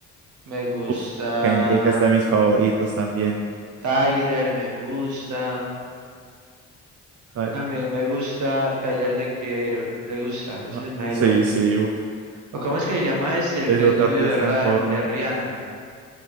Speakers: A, on the right; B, on the right.
A: me gusta
B: Uf, Kendrick es de mis favoritos también.
A: Tyler, me gusta.
B: Tyler.
A: También me gusta Tyler, the Creator. Le gusta,
B: Ajá.
A: ese es Melo.
B: Sí, sí, uf.
A: ¿O cómo es que se llama este, el
B: Es
A: que
B: otro
A: es novio
B: artista
A: de, Ra-
B: en forma.
A: de Rihanna?